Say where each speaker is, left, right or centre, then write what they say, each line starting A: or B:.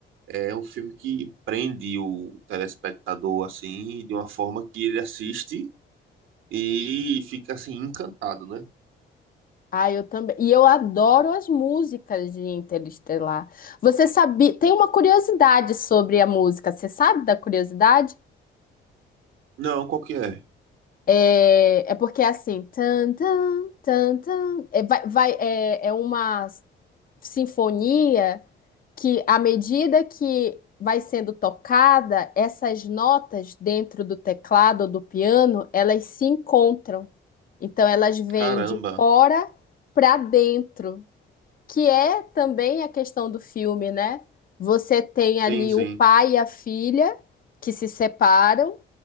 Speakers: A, on the right (about 80°); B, on the left (about 45°).
A: É um filme que prende o telespectador, assim, de uma forma que ele assiste e fica, assim, encantado, né?
B: Ah, eu também. E eu adoro as músicas de Interestelar. Você sabia? Tem uma curiosidade sobre a música. Você sabe da curiosidade?
A: Não, qual que é?
B: É, é porque é assim. Tan, tan, tan, tan. É, vai, vai- é, é uma sinfonia que, à medida que vai sendo tocada, essas notas dentro do teclado ou do piano, elas se encontram. Então, elas vêm
A: Caramba,
B: de fora para dentro. que é também a questão do filme, né? Você tem ali
A: sim, sim.
B: o pai e a filha que se separam,